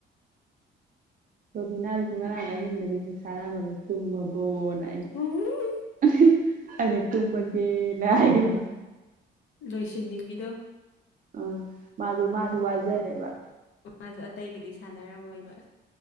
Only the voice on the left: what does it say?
ꯎꯝ
ꯂꯣꯏꯁꯤꯟꯅꯤꯡꯕꯤꯗꯣ
ꯃꯥꯁꯨ ꯑꯇꯩꯒꯗꯤ ꯁꯥꯟꯅꯔꯝꯃꯣꯏꯕ